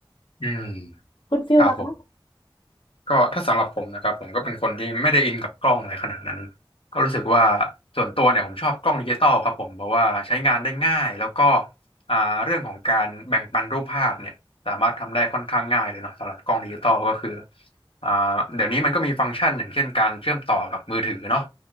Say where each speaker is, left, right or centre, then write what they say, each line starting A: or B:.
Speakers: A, on the left; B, on the left.
A: อืม
B: คุณฟิลล่ะคะ
A: ครับผม ก็ถ้าสำหรับผมนะครับผมก็เป็นคนที่ไม่ได้อินกับกล้องอะไรขนาดนั้นก็รู้สึกว่าส่วนตัวเนี่ยผมชอบกล้องดิจิตอลครับผมเพราะว่าใช้งานได้ง่ายแล้วก็อ่าเรื่องของการแบ่งปันรูปภาพเนี่ยสามารถทำได้ค่อนข้างง่ายเลยเนาะสำหรับกล้องดิจิตอลก็คืออ่าเดี๋ยวนี้มันก็มีฟังก์ชันอย่างเช่นการเชื่อมต่อกับมือถือเนาะ